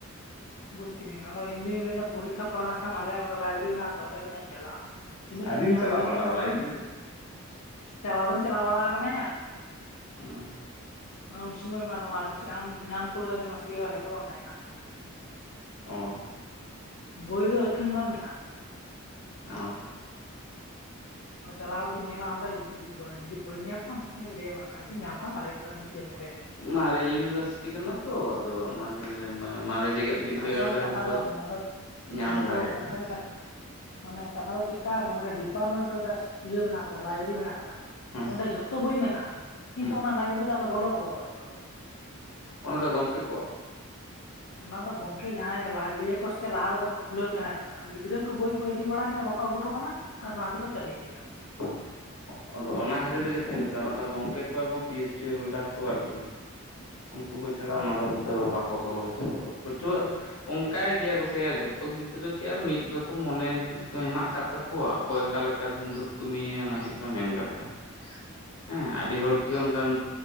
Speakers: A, on the left; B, on the left.
A: ᱵᱩᱡᱽ ᱠᱤᱫᱟᱹᱧ ᱟᱫᱚ ᱤᱧ ᱫᱩᱧ ᱞᱟᱹᱭ ᱮᱫᱟ ᱯᱚᱨᱤᱠᱠᱷᱟ ᱯᱚᱨ ᱠᱷᱟᱱ ᱟᱞᱮ ᱚᱸᱰᱮ ᱞᱟᱭᱵᱨᱮᱨᱤ ᱢᱮᱱᱟᱜ ᱛᱚ ᱚᱸᱰᱮ ᱢᱤᱫ ᱫᱷᱟᱣ ᱤᱧ ᱪᱟᱞᱟᱜᱼᱟ ᱛᱤᱱᱟᱹᱜ ᱜᱟᱱᱤᱧ
B: ᱟᱹᱣᱨᱤᱢ
A: ᱧᱟᱢᱟ
B: ᱪᱟᱞᱟᱣ
A: ᱵᱟᱹᱧ
B: ᱵᱟᱲᱟᱜᱼᱟ
A: ᱧᱟᱢᱟ ᱟᱹᱜᱩᱭᱤᱧ
B: ᱞᱟᱭᱵᱨᱮᱨᱤ ᱨᱮ
A: ᱪᱟᱞᱟᱣ ᱫᱩᱧ ᱪᱟᱞᱟᱣ ᱵᱟᱲᱟ ᱟᱠᱟᱱᱟᱭᱟ
B: ᱦᱮᱸ
A: ᱦᱮ ᱩᱱ ᱥᱚᱢᱚᱭ ᱢᱟ ᱱᱚᱣᱟ ᱟᱢ ᱡᱟᱦᱟᱸᱢ ᱠᱳᱞᱠᱟᱛ ᱱᱚᱣᱟ ᱥᱤᱞᱮᱵᱟᱥ ᱨᱮᱛᱚ ᱵᱟᱝ ᱛᱟᱦᱮᱸ ᱠᱟᱱ ᱛᱟᱦᱮᱸ
B: ᱚ
A: ᱵᱳᱭ ᱫᱚ ᱟᱹᱛᱷᱟᱹᱱ ᱜᱟᱱ ᱢᱮᱱᱟᱜᱼᱟ
B: ᱚᱦᱚ
A: ᱟᱫᱚ ᱪᱟᱞᱟᱣ ᱠᱟᱛᱮᱧ ᱧᱮᱞᱟ ᱚᱸᱰᱮ ᱡᱩᱫᱤ ᱵᱟᱹᱧ ᱡᱩᱫᱤ ᱵᱟᱹᱧ ᱧᱟᱢ ᱠᱷᱟᱱ ᱥᱚᱢᱚᱭᱤᱧ ᱞᱟᱹᱭᱟᱢ ᱱᱟᱠᱷᱟᱡ ᱡᱩᱫᱤ ᱧᱟᱢ ᱠᱷᱟᱱ ᱵᱷᱟᱞᱮ ᱠᱟᱛᱷᱟ ᱪᱮᱫᱟᱜ ᱤᱧ ᱠᱷᱚᱭᱟ
B: ᱢᱟᱨᱮ ᱤᱭᱩᱱᱤᱵᱷᱟᱨᱥᱤᱴᱤ ᱠᱟᱱᱟ ᱛᱚ ᱟᱫᱚ ᱚᱱᱟ ᱜᱮ ᱟᱱᱮ ᱢᱟᱨᱮ ᱡᱮᱜᱮᱛ ᱵᱤᱫᱽᱫᱟᱹᱜᱟᱲ
A: ᱟᱥᱚᱞ
B: ᱨᱮ
A: ᱠᱟᱛᱷᱟ
B: ᱦᱚᱳᱭᱛᱳ
A: ᱫᱚ ᱱᱚᱰᱮ
B: ᱧᱟᱢ
A: ᱱᱚᱰᱮ
B: ᱫᱟᱲᱮᱭᱟᱜᱼᱟ
A: ᱫᱚ ᱢᱤᱫᱴᱮᱱ ᱠᱟᱛᱷᱟ ᱢᱟᱱᱮ ᱠᱟᱛᱷᱟ ᱫᱚ ᱪᱮ ᱠᱟ ᱱᱟᱮᱱ ᱥᱮ ᱰᱤᱯᱟᱨᱴᱢᱮᱱᱴ ᱨᱮ ᱢᱤᱫ ᱤᱭᱟᱹ ᱢᱮᱱᱟᱜ ᱟᱠᱟᱫᱟ ᱞᱟᱭᱵᱮᱨᱤ ᱢᱮᱱᱟᱜ ᱟᱠᱟᱫᱟ
B: ᱦᱮᱸ
A: ᱚᱸᱰᱮ ᱡᱷᱚᱛᱚ ᱵᱳᱭ ᱢᱮᱱᱟᱜᱼᱟ ᱠᱤᱱᱛᱩ
B: ᱦᱮᱸ
A: ᱚᱱᱟ ᱞᱟᱭᱵᱨᱮᱨᱤ ᱫᱚ ᱟᱞᱮ ᱵᱚᱞᱚ ᱵᱟᱠᱚ ᱵᱚᱞᱚ ᱦᱚᱪᱚᱣᱟ ᱞᱮᱭᱟ
B: ᱚᱱᱟ ᱫᱚ ᱜᱚᱢᱠᱮ ᱠᱚᱣᱟᱜ
A: ᱚᱱᱟ ᱫᱚ ᱜᱚᱝᱠᱮ ᱡᱟᱦᱟᱸᱞᱟᱦᱟ ᱞᱟᱹᱭᱟᱠᱚ ᱥᱮ ᱞᱟᱦᱟ ᱛᱮᱫᱚ ᱠᱚ ᱠᱷᱩᱞᱟᱹᱣ ᱛᱟᱦᱮᱸᱱ ᱜᱤᱫᱽᱨᱟᱹ ᱠᱚ ᱵᱳᱭ ᱠᱚ ᱤᱫᱤ ᱵᱟᱲᱟ ᱠᱮᱫᱟ ᱵᱟᱠᱚ ᱟᱹᱜᱩᱴᱚ ᱠᱟᱫᱟ ᱟᱨ ᱱᱚᱣᱟ ᱛᱮᱠᱚ ᱪᱟᱵᱤᱭ ᱟᱠᱟᱫᱟ
B: <unintelligible> ᱚᱫᱚ ᱚᱱᱟ ᱠᱷᱟᱹᱛᱤᱨ ᱛᱮᱜᱛᱤᱧ ᱞᱮᱫᱟᱹᱭᱟ ᱚᱱᱟ ᱫᱚ ᱜᱚᱝᱠᱮ ᱠᱚ ᱮᱵᱚᱝ ᱯᱤ ᱮᱭᱤᱪᱰᱤ ᱦᱳᱞᱰᱟᱨ ᱠᱚ ᱟᱨᱠᱤ ᱩᱱᱠᱩ ᱠᱚ ᱪᱷᱟᱲᱟ
A: ᱦᱳᱭ
B: ᱚᱱᱟ ᱫᱚᱛ ᱵᱟ ᱠᱚ ᱵᱚᱞᱚ ᱦᱚᱪᱚᱣᱟ ᱠᱚ ᱯᱟᱹᱴᱷᱩᱣᱟᱜ ᱫᱚ ᱚᱱᱠᱟᱭ ᱜᱮᱭᱟ ᱠᱚᱥᱮᱭᱟ ᱡᱷᱚᱛᱚ ᱜᱤᱫᱽᱨᱟᱹ ᱠᱤ ᱟᱨ ᱢᱤᱫ ᱨᱚᱠᱚᱢ ᱢᱚᱱᱮ <unintelligible> ᱦᱮᱱᱟᱜ ᱟᱠᱟᱫ ᱛᱟᱠᱚᱣᱟ ᱚᱠᱚᱭ ᱚᱠᱟ ᱞᱮᱠᱟᱛᱮ ᱫᱷᱩᱯᱛᱩ ᱢᱤᱭᱟᱭ ᱚᱱᱟ ᱦᱩᱭᱩᱜ ᱠᱟᱱᱟ ᱢᱮᱱ ᱠᱟᱛᱷᱟ ᱦᱮᱸ ᱟᱹᱰᱤ ᱦᱚᱲᱜᱮ ᱚᱱᱠᱟᱱ